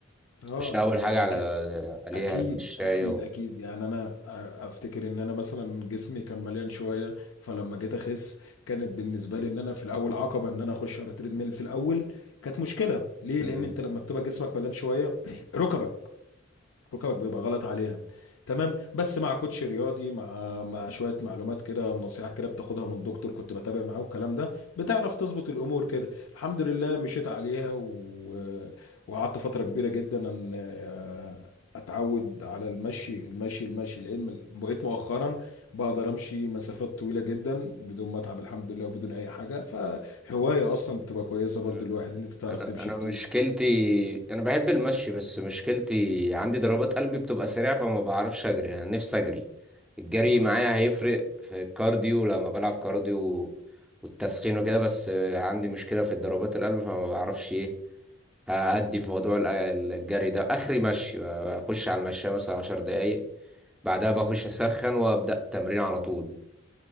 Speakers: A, on the left (about 85°); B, in the centre.
A: اه
B: تخش اول
A: ده
B: حاجة
A: ده
B: على عليها
A: اكيد
B: المشاية
A: اكيد
B: و...
A: اكيد يعني انا افتكر ان انا مثلا جسمي كان مليان شويه فلما جيت اخس كانت بالنسبه لي ان انا في الاول عقبه ان انا اخش على تريد ميل في الاول كانت مشكله ليه
B: مم.
A: لان انت لما بتبقى جسمك مليان شويه <clears throat> ركبك ركبك بيبقى غلط عليها تمام بس مع كوتش رياضي مع مع شويه معلومات كده نصيحه كده بتاخدها من دكتور كنت بتابع معاه والكلام ده بتعرف تظبط الامور كده الحمد لله مشيت عليها و... وقعدت فتره كبيره جدا ان آه، اتعود على المشي المشي المشي لان بقيت مؤخرا بقدر امشي مسافات طويله جدا بدون ما اتعب الحمد لله وبدون اي حاجه فهوايه اصلا بتبقى كويسه برضو
B: مم.
A: الواحد ان انت تعرف
B: انا
A: تمشي
B: انا
A: كتير
B: مشكلتي انا بحب المشي بس مشكلتي عندي ضربات قلبي بتبقى سريعه فما بعرفش اجري انا نفسي اجري الجري
A: اه
B: معايا هيفرق في الكارديو لما بلعب كارديو والتسخين وكده بس عندي مشكله في ضربات القلب فما بعرفش ايه ادي في موضوع ال- الجري ده اخري مشي اخش على المشاية مثلا عشر دقايق بعدها بخش اسخن وابدا التمرين على طول